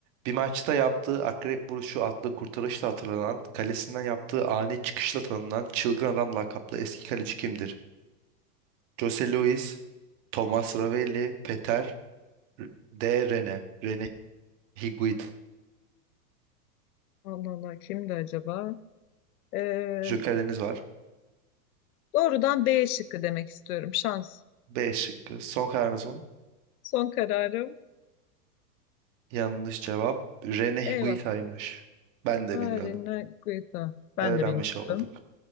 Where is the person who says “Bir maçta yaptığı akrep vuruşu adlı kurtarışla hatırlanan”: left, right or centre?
Right